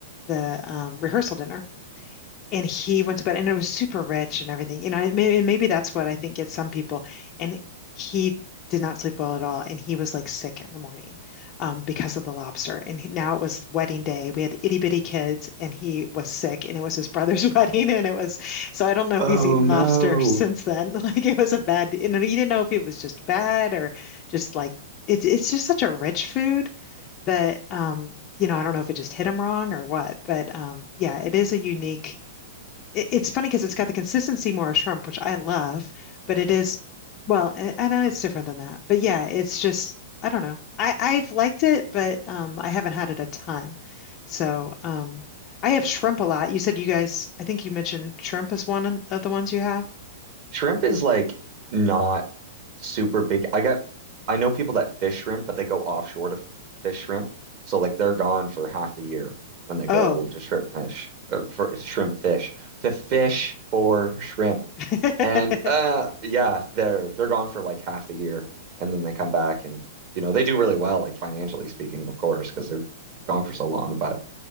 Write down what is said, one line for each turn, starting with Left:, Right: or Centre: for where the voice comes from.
Left: the, um, rehearsal dinner. and he went to bed and it was super rich and everything. You know, and maybe, and maybe that's what I think gets some people. And he did not sleep well at all. And he was like sick in the morning um, because of the lobster. And he- now it was wedding day. We had itty bitty kids and he was sick and it was his brother's <laughs> wedding. And it was, so I don't know if
Right: Oh
Left: he's eaten
Right: no.
Left: lobster since then. <laughs> Like it was a bad, you know, you didn't know if it was just bad or just like, it's, it's just such a rich food that, um, you know, I don't know if it just hit him wrong or what, but um, yeah, it is a unique it- it's funny because it's got the consistency more of shrimp, which I love, but it is, well, I, I know it's different than that. But yeah, it's just, I don't know. I, I've liked it, but um, I haven't had it a ton. So um, I have shrimp a lot. You said you guys, I think you mentioned shrimp is one of the ones you have.
Right: Shrimp is like not super big. I got I know people that fish shrimp, but they go offshore to f fish shrimp. So like they're gone for half the year when they
Left: Oh.
Right: go to shrimp fish uh, for shrimp fish to fish for shrimp.
Left: <laughs>
Right: And uh yeah, they're they're gone for like half the year and then they come back and you know, they do really well like financially speaking, of course, because they're gone for so long, but